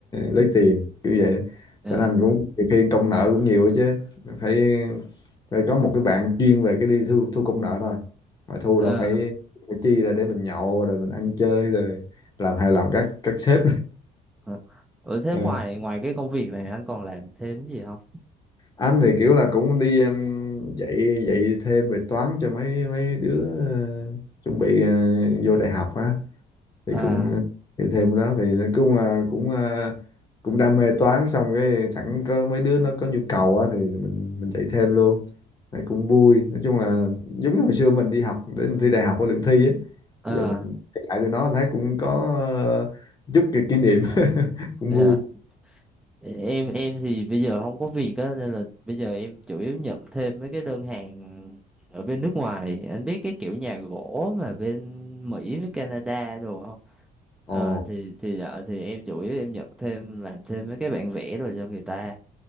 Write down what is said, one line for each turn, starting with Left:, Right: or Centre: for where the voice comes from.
Left: lấy tiền kiểu vậy
Centre: dạ
Left: bên Anh cũng nhiều khi công nợ cũng nhiều ấy chứ phải phải có một cái bạn chuyên về cái đi thu thu công nợ thôi mà thu
Centre: Ờ,
Left: đã phải, phải chi ra để mình nhậu rồi mình ăn chơi rồi làm hài lòng các các sếp
Centre: ờ. ở thế
Left: <laughs>
Centre: ngoài ngoài cái công việc này anh còn làm thêm gì không
Left: anh thì kiểu là cũng đi em, dạy dạy thêm về toán cho mấy mấy đứa ờ, chuẩn bị ờ, vô đại học á thì
Centre: à
Left: cũng ờ, thì thêm đó thì nói chung là cũng ờ, cũng đam mê toán xong cái sẵn có mấy đứa nó có nhu cầu á thì mình mình dạy thêm luôn này cũng vui nói chung là giống như hồi xưa mình đi học để mình thi đại học có lượng thi ấy
Centre: à
Left: bây giờ mình kể lại cho nó thấy cũng có ờ, chút cái kỷ niệm <laughs> cũng
Centre: dạ
Left: vui
Centre: em em thì bây giờ không có việc á nên là bây giờ em chủ yếu nhận thêm mấy cái đơn hàng ở bên nước ngoài anh biết cái kiểu nhà gỗ mà bên Mỹ với Canada đồ không à,
Left: ồ
Centre: thì thì dạ, thì em chủ yếu em nhận thêm làm thêm mấy cái bản vẽ rồi cho người ta